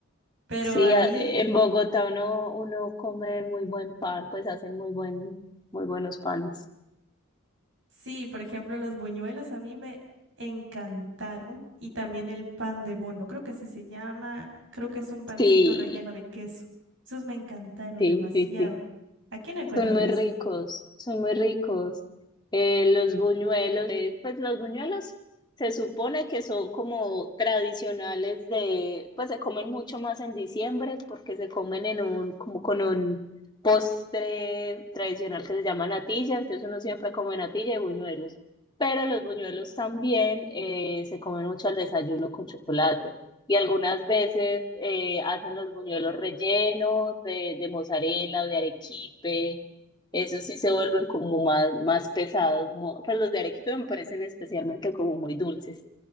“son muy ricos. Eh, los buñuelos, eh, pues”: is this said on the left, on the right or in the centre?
Left